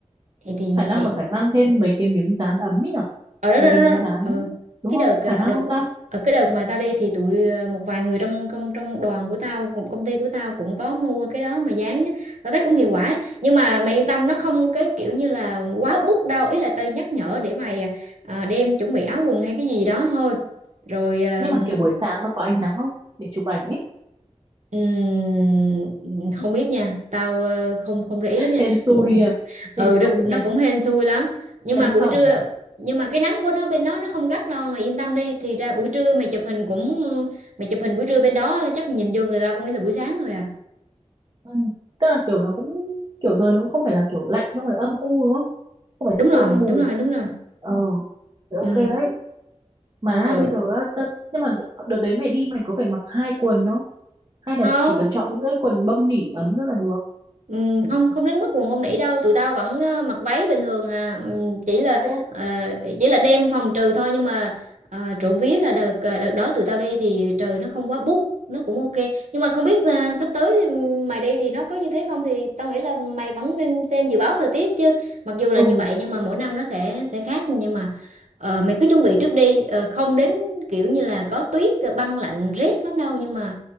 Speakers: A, on the right (about 80°); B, on the right (about 40°).
A: thì thì mà
B: khả năng
A: vậy
B: còn phải mang thêm mấy cái miếng dán ấm ấy nhở
A: ở đó
B: mấy
A: đó
B: cái
A: đó,
B: miếng
A: đó.
B: dán
A: Ừ.
B: đúng
A: cái
B: không
A: đợt ờ,
B: phải mang
A: đợt
B: không ta
A: ở cái đợt mà tao đi thì tụi ờ, một vài người trong trong trong đoàn của tao cũng công ty của tao cũng có mua cái đó mà dán á. tao thấy cũng hiệu quả nhưng mà mày yên tâm nó không cái kiểu như là quá bút đâu ý là tao nhắc nhở để mày ờ, đem chuẩn bị áo quần hay cái gì đó thôi rồi ờ,
B: nhưng mà kiểu buổi sáng nó có ánh nắng không để chụp ảnh ấy
A: ừm, không biết nha tao ờ, không không để ý lắm nha
B: hên xui
A: <laughs>
B: à.
A: ừ
B: hên xui
A: nó,
B: nha
A: nó cũng hên xui lắm nhưng
B: nhân
A: mà buổi
B: phẩm
A: trưa
B: nhở
A: nhưng mà cái nắng của nó bên đó nó không gắt đâu mà yên tâm đi thì ra buổi trưa mày chụp hình cũng mày chụp hình buổi trưa bên đó chắc nhìn vô người ta cũng nghĩ là buổi sáng thôi à
B: ừ. tức là kiểu nó cũng kiểu rồi nó cũng không phải là kiểu lạnh xong rồi âm u đúng không không phải
A: đúng
B: sương
A: rồi
B: mù
A: đúng rồi đúng rồi
B: ờ thế
A: ừ
B: ok đấy Mà
A: xong rồi
B: bây giờ á, tớ, nhưng mà đ- đợt đấy mày đi mày có phải mặc hai quần không? Hay
A: không
B: là chỉ cần chọn những cái quần bông nỉ ấm thôi là được?
A: Ừ, không không đến mức buồn bông nỉ đâu tụi tao vẫn ờ, mặc váy bình thường à Ừm, chỉ là
B: Ô,
A: ờ, chỉ là đêm phòng trừ thôi nhưng mà ờ, trộm vía là đợt ờ, đợt đó tụi tao đi thì trời nó không quá bút nó cũng ok nhưng mà không biết ờ, sắp tới thì mày đi thì nó có như thế không thì tao nghĩ là mày vẫn nên xem dự báo thời tiết chứ mặc dù là
B: ừ,
A: như vậy nhưng mà mỗi năm nó sẽ sẽ khác nhưng mà ờ, mày cứ chuẩn bị trước đi Ờ, không đến kiểu như là có tuyết ờ, băng lạnh rét lắm đâu nhưng mà